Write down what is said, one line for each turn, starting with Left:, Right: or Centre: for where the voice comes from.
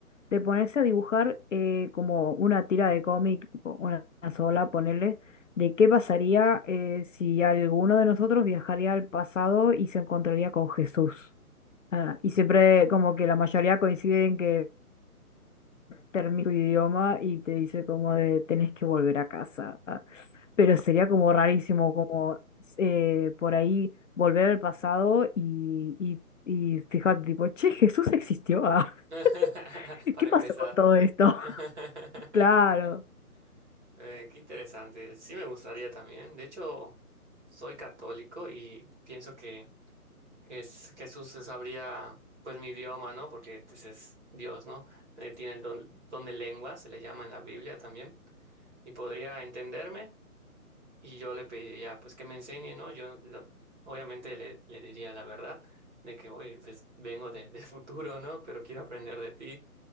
Left: de ponerse a dibujar eh, como una tira de cómic, tipo una sola, ponerle, de qué pasaría eh, si alguno de nosotros viajaría al pasado y se encontraría con Jesús. Ah, y siempre como que la mayoría coinciden que termina tu idioma y te dice como de tenés que volver a casa. Ah, pero sería como rarísimo como eh, por ahí volver al pasado y, y, y fíjate tipo, che, Jesús existió. Ah,
Right: <laughs>
Left: <laughs>
Right: Para
Left: ¿qué pasó
Right: empezar.
Left: con todo esto? <laughs>
Right: <laughs>
Left: Claro.
Right: Eh, qué interesante. Sí me gustaría también. De hecho, soy católico y pienso que, que es- Jesús sabría pues mi idioma, ¿no? Porque pues es Dios, ¿no? Eh, tiene el don, don de lengua, se le llama en la Biblia también. Y podría entenderme Y yo le pediría, pues, que me enseñe, ¿no? Yo lo- obviamente le, le diría la verdad de que, oye, pues, vengo de, de futuro, ¿no? Pero quiero aprender de ti.